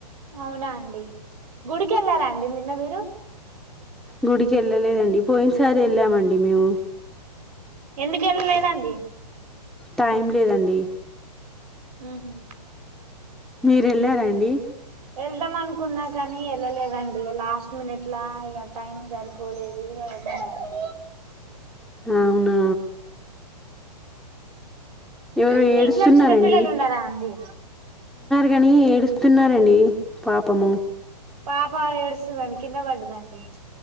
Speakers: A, on the right (about 65°); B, in the centre.
A: అవునా అండి గుడికి వెళ్లారా అండి నిన్న మీరు రు
B: గుడికి వెళ్ళలేదండి పోయిన సారి వెళ్ళామండి మేము
A: ఎందుకు వెళ్ళలేదండి
B: టైం లేదండి
A: ఉహు
B: మీరు ఎళార అండి
A: వెళ్దాం అనుకున్నా కానీ వెళ్ళలేదండి ఇ లాస్ట్ మినిట్లా ఇక టైం సరిపోలేదు ఇక వెళ్లలేదు
B: అవున ఎవరో
A: మీ
B: ఏడుస్తున్నారండి
A: ఇంట్లో చిన్నపిల్లలు ఉండారా అండి
B: కాని ఏడుస్తున్నారండి పాపము
A: పాప ఏడుస్తుందండి కింద పడ్డదండి